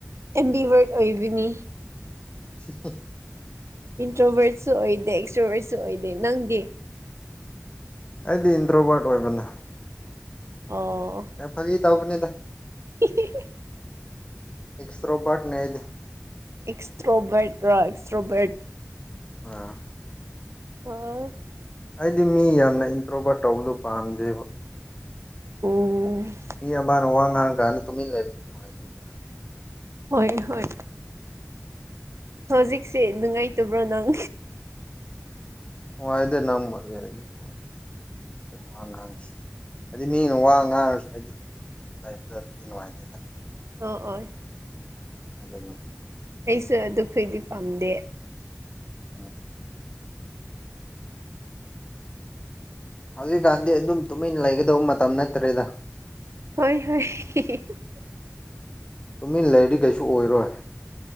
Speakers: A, on the right (about 65°); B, on the left (about 20°).
A: ꯑꯦꯝꯕꯤꯚꯔꯠ ꯑꯣꯏꯕꯅꯤ
B: <unintelligible>
A: ꯏꯟꯇ꯭ꯔꯣꯚꯔꯠꯁꯨ ꯑꯣꯏꯗꯦ ꯑꯦꯛꯁꯇ꯭ꯔꯣꯚꯔꯠꯁꯨ ꯑꯣꯏꯗꯦ ꯅꯪꯗꯤ
B: ꯑꯩꯗꯤ ꯏꯟꯇ꯭ꯔꯣꯕꯠ ꯑꯣꯏꯕꯅꯦ
A: ꯑꯣ
B: <unintelligible> ꯐꯥꯒꯤ ꯇꯧꯕꯅꯤꯗ
A: <unintelligible>
B: ꯑꯦꯛꯁꯇ꯭ꯔꯣꯕꯠꯅꯦ ꯑꯩꯗꯤ
A: ꯑꯦꯛꯁꯇ꯭ꯔꯣꯕꯔꯠ ꯔ ꯑꯦꯛꯁꯇ꯭ꯔꯣꯕꯔꯠ
B: ꯑꯥ
A: ꯑꯣ
B: ꯍꯥꯏꯗꯤ ꯃꯤ ꯌꯥꯝꯅ ꯏꯟꯇ꯭ꯔꯣꯕꯠ ꯇꯧꯕꯗꯨ ꯄꯥꯝꯗꯦꯕ
A: ꯎꯝ
B: ꯃꯤ ꯑꯃꯅ ꯋꯥ ꯉꯥꯡꯉꯀꯥꯜ ꯇꯨꯃꯤꯟ ꯂꯩꯕꯗꯨ ꯅꯨꯡꯉꯥꯏꯇꯦꯕ
A: ꯍꯣꯏ ꯍꯣꯏ ꯍꯧꯖꯤꯛꯁꯦ ꯅꯨꯡꯉꯥꯏꯇꯕ꯭ꯔꯣ ꯅꯪ
B: ꯅꯨꯡꯉꯥꯏꯗ ꯅꯪꯕꯨꯗꯤ ꯑꯩꯗꯤ ꯅꯨꯡꯉꯥꯏ ꯋꯥ ꯉꯥꯡꯉꯤꯁꯤ ꯍꯥꯏꯗꯤ ꯃꯤꯅ ꯋꯥ ꯉꯥꯡꯉꯁꯨ ꯍꯥꯏꯗꯤꯕ ꯑꯗꯨꯗꯤ ꯅꯨꯡꯉꯥꯏꯇꯦꯗꯅ
A: ꯑꯣ ꯑꯣꯏ
B: ꯑꯗꯨꯅꯤ
A: ꯑꯩꯁꯨ ꯑꯗꯨꯈꯣꯏꯗꯤ ꯄꯥꯝꯗꯦ
B: ꯑꯥ ꯍꯧꯖꯤꯛꯀꯥꯟꯗꯤ ꯑꯗꯨꯝ ꯇꯨꯃꯤꯟ ꯂꯩꯒꯗꯧꯕ ꯃꯇꯝ ꯅꯠꯇ꯭ꯔꯦꯗ
A: ꯍꯣꯏ ꯍꯣꯏ <unintelligible>
B: ꯇꯨꯃꯤꯟ ꯂꯩꯔꯗꯤ ꯀꯩꯁꯨ ꯑꯣꯏꯔꯣꯏ